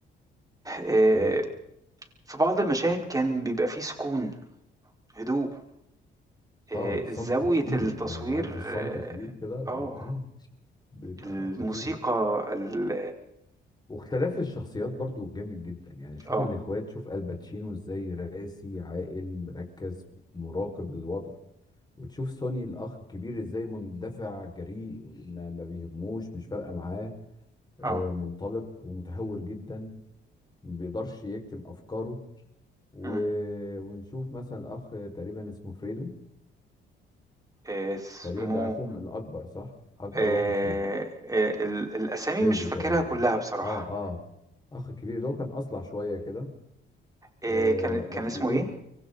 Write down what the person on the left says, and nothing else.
حقيقة
اه صمت
تقيل
يعني عارف الصمت
تقيل كده بيبقى
اه بيبقى
خطير
واختلاف الشخصيات برضو جامد جدا يعني شوف
الاخوات شوف الباتشينو ازاي راسي عاقل مركز مراقب للوضع وتشوف سوني الاخ الكبير ازاي مندفع جريء ما, ما بيهموش مش فارقه معاه آه،
منطلق ومتهور جدا ما بيقدرش يكتم افكاره و...
ونشوف مثلا اخ تقريبا اسمه فريدو
تقريبا ده اخوهم الاكبر صح اكبر
واحد فيهم
فريدو
تقريبا
اه اه اخ كبير اللي هو كان اصلع شويه كده
آه
قد
ايه